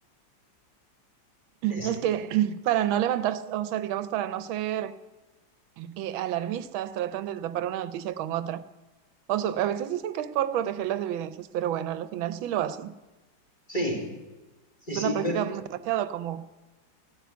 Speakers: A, on the left (about 25°); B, on the right (about 90°).
A: Es,
B: Es que <clears throat> para no levantar, o sea, digamos, para no ser eh, alarmistas, tratan de tapar una noticia con otra. O so- a veces dicen que es por proteger las evidencias, pero bueno, al final sí lo hacen.
A: sí, Sí,
B: Es
A: sí,
B: una práctica
A: per-
B: demasiado común.